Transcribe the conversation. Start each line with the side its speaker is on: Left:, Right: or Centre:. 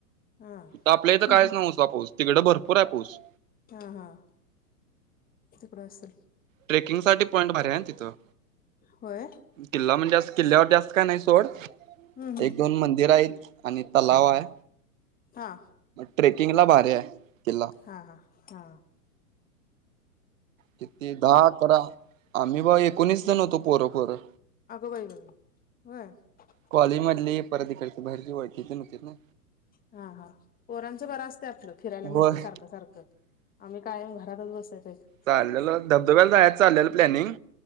Left: हा
Right: त आपल्या इथं,
Left: हा
Right: कायच नव्ह ता पाऊस. तिकडं, भरपूराय पाऊस.
Left: हा, हा. तिकडं असल.
Right: ट्रेकिंगसाठी पॉइंट भारी हाय न तिथं.
Left: होय
Right: किल्ला म्हणजे असं. किल्ल्यावरती जास्त काय नाही, सोड.
Left: हम्म हम्म
Right: एक - दोन मंदिरायत. आणि तलावाय.
Left: हा
Right: ट्रेकिंगला भारीहाय, किल्ला.
Left: हा, हा. हां.
Right: किती? दहा- अकरा. आम्ही ब एकोणीस जण होतो. पोरं- पोरं.
Left: आगं! बाई! बाई! बाई! होय.
Right: कॉलेज मधली. परत इकडची, बाहेरची ओळखीची न येतेत नं.
Left: हा, हा. पोरांचं बरं असत, आपलं. फिरायला
Right: होय
Left: मिळतय सारखं - सारखं. आम्ही कायम, घरातच बसयतेत.
Right: चाललेलं. धबधब्याला जायाच चाललेलं प्लॅनिंग.